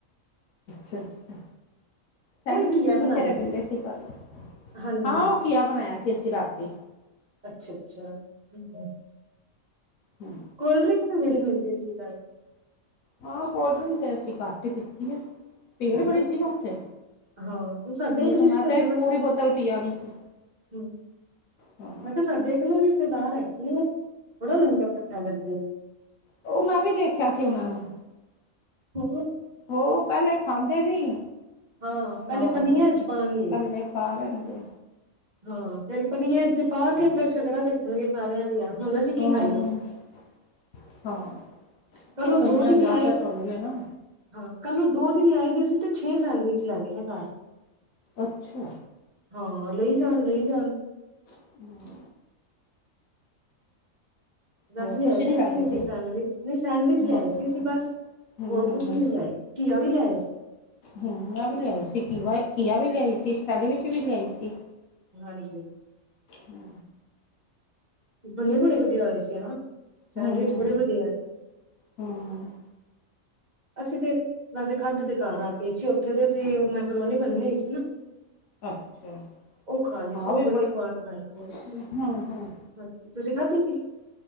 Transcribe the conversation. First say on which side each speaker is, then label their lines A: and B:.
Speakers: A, on the left; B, on the right.
A: ਅੱਛਾ-ਅੱਛਾ ਸੈਂਡਵਿਚ
B: ਉਹੀ ਘੀਆ
A: ਵੀ
B: ਬਣਾਇਆ
A: ਬਥੇਰੇ ਮਿਲਦੇ ਸੀ ਕੱਲ,
B: ਹਾਂਜੀ
A: ਹਾਂ
B: ਹਾਂਜੀ
A: ਓ ਘੀਆ ਬਣਾਏਆ ਸੀ ਅਸੀਂ ਰਾਤੀ
B: ਅੱਛਾ -ਅੱਛਾ ਹਮ
A: ਹਮ
B: ਕੋਲਡਰਿੰਕ ਵੀ ਬੜੀ ਮਿਲਦੀ ਪਈ ਸੀ ਕੱਲ।
A: ਹਾਂ ਕੋਲਡ -ਡ੍ਰਿੰਕ ਤੇ ਅਸੀ ਘੱਟ ਪੀਤੀ ਏ,
B: ਕੱਲ
A: ਭੀੜ ਬੜੀ ਸੀ ਨਾ ਓਥੇ
B: ਹਾਂ ਸਾਡਾ ਇੱਕ
A: ਨਈ ਤੇ
B: ਰਿਸ਼ਤੇਦਾਰ
A: ਮੈਂ ਤੇ, ਪੂਰੀ ਬੋਤਲ ਪੀ ਜਾਨੀ ਸੀ।
B: ਹੂੰ ਮੈਂ
A: ਹਾਂ
B: ਕੇਆ ਸਾਡੇ ਇੱਕ ਨਾ ਰਿਸ਼ਤੇਦਾਰ ਹੈਗੇ ਨੇ ਓ, ਬੜਾ ਲੰਗਰ ਕੱਠਾ ਕਰਦੇ ਨੇ।
A: ਓ ਮੈਂ ਵੀ ਦੇਖਿਆ ਸੀ ਓਨਾਂ ਨੂੰ
B: ਹੋਰ
A: ਓ ਪੇਲੇ ਖਾਂਦੇ ਨੀ
B: ਹਾਂ ਪਹਿਲੇ
A: ਹਾਂ-ਹਾਂ
B: ਪਨੀਆਂ ਚ ਪਾਣਗੇ
A: ਪੇਲੇ ਪਾ ਲੈਣਗੇੇ
B: ਹਾਂ ਫੇਰ ਪਨੀਆ ਇੱਥੇ ਪਾ ਕੇ ਫੇਰ ਸ਼ਗਲਾ ਦੇ ਖਾਣੇ ਖਾਣੇ ਹੈਗੇ ਆ, ਹੁਣ ਅਸੀਂ ਕੀ
A: ਹਾਂ
B: ਖਾਈਏ?
A: ਹਾਂ ਹਾਂ
B: ਕੱਲ
A: ਉ
B: ਉਹ
A: ਕਈਆਂ
B: ਦੋ ਜਣੇ
A: ਦੀ
B: ਆਏ
A: ਆਦਤ ਹੁੰਦੀ ਹੈ ਨਾ।
B: ਹਾਂ ਕੱਲ ਨੂੰ ਦੋ ਜਣੇ ਆਏ ਵੇ ਸੀ ਤੇ ਛੇ ਸੈਂਡਵਿਚ ਲੈ ਗਏ ਨੇ ਘਰ।
A: ਅੱਛਾ।
B: ਹਾਂ ਲਈ ਜਾਣ- ਲਈ ਜਾਣ।
A: ਹੂੰ।
B: ਬਸ
A: ਹੋਰ
B: ਲਿਆਏ
A: ਤੁਸੀਂ
B: ਤੇ
A: ਨੀ ਲਾਗੇ
B: ਸੀ ਵੀ ਅਸੀ ਸੈਂਡਵਿਚ ਨਈ ਸੈਂਡਵਿਚ ਲਿਆਏ
A: ਹਾਂ ਹਮ
B: ਸੀ ਅਸੀ ਬਸ।
A: ਹਮ
B: ਹੋਰ ਕੁਛ ਨੀ ਲਿਆਏ ਘੀਆ ਵੀ ਲਿਆਏ ਸੀ।
A: ਹੂੰ ਮੈਂ ਵੀ ਲਿਆਈ ਸੀ ਕਿ ਘਿਆ ਵੀ ਲਿਆਈ ਸੀ ਸਡ ਵਿੱਚ ਵੀ ਲਿਆਈ ਸੀ।
B: ਹਾਂਜੀ
A: ਹੂੰ।
B: ਬਨੀਆ ਬੜੇ ਵਧੀਆ ਹੋਏ ਸੀ ਹਨਾ, ਸੈਂਡਵਿਚ
A: ਹੂੰ ਹੂੰ
B: ਬੜੇ ਵਧੀਆ।
A: ਹੂੰ
B: ਅਸੀਂ ਤੇ ਵੈਸੇ ਖਾਂਦੇ ਤੇ ਘਰ ਆ ਗਏ ਸੀ ਉੱਥੇ ਤੇ ਅਸੀ ਉਹ ਮੈਕਰੋਨੀ ਬਣੀ ਹੋਈ ਸੀ ਨਾ।
A: ਅੱਛਾ।
B: ਉਹ ਖਾ ਲਈ
A: ਆਹ
B: ਸੀ ਉਹ
A: ਵੀ
B: ਬੜੀ ਸਵਾਦ ਬਣੀ,
A: ਸੀ ਹੂੰ ਹੂੰ
B: ਹਾਂਜੀ ਤੁਸੀਂ ਖਾਧੀ ਸੀ? ਹ